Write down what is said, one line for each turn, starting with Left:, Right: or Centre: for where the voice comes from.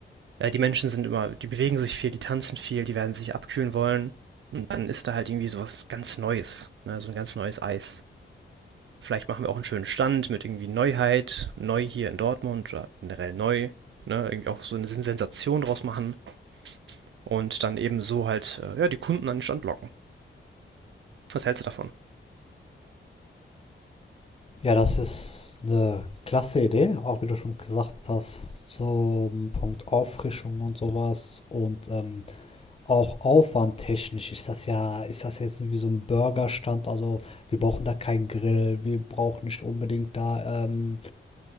Right: Äh, die Menschen sind immer, die bewegen sich viel, die tanzen viel, die werden sich abkühlen wollen. Und dann ist da halt irgendwie sowas ganz Neues, ne? so ein ganz neues Eis. Vielleicht machen wir auch einen schönen Stand mit irgendwie Neuheit, neu hier in Dortmund oder generell neu. Ne? Irgendwie auch so eine Sensation draus machen und dann eben so halt äh, ja, die Kunden an den Stand locken. Was hältst du davon?
Left: Ja, das ist eine klasse Idee, auch wie du schon gesagt hast, zum Punkt Auffrischung und sowas. Und ähm, Auch aufwandtechnisch ist das ja ist das jetzt irgendwie so ein Burgerstand? Also, wir brauchen da keinen Grill, wir brauchen nicht unbedingt da, ähm,